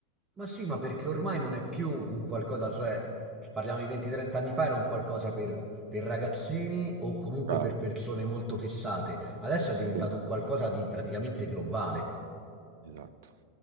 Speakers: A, on the right; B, on the right.
A: Ma sì, ma perché ormai non è più un qualcosa, cioè, parliamo di 20-30 anni fa, era un qualcosa per, per ragazzini o comunque
B: Bravo.
A: per persone molto fissate. Adesso è diventato
B: Sì,
A: un qualcosa di praticamente globale.
B: esatto.